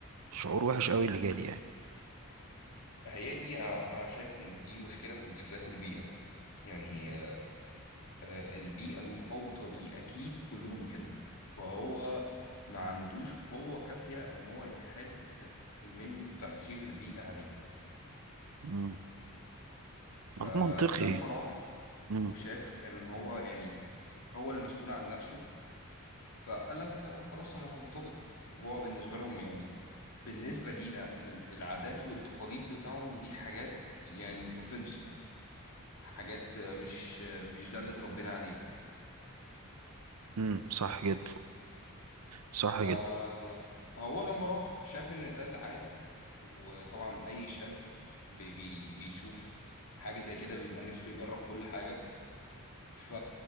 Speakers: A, on the right; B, on the left.
A: شعور وحش قوي اللي جالي يعني
B: هي دي انا انا شايف ان دي مشكله من مشكلات البيئه يعني آه، البيئه المحاوطه بيه اكيد كلهم كده فهو ما عندوش قوه كافيه ان هو يحد من تاثير البيئه عليه
A: مم.
B: فلما
A: منطقي
B: راح
A: امم
B: وشاف ان هو يعني هو المسؤول عن نفسه فقال لك آه، خلاص انا هنطلق هو بالنسبه لهم يعني بالنسبه لينا ال- العادات والتقاليد بتاعهم دي حاجات يعني اوفنسيف حاجات آه، مش آه، مش ده اللي اتربينا عليه
A: امم صح جدا صح
B: فهو
A: جدا
B: لما راح شاف ان ده العادي وطبعا اي شاب بي بي بيشوف حاجه زي كده بيبقى نفسه يجرب كل حاجه ف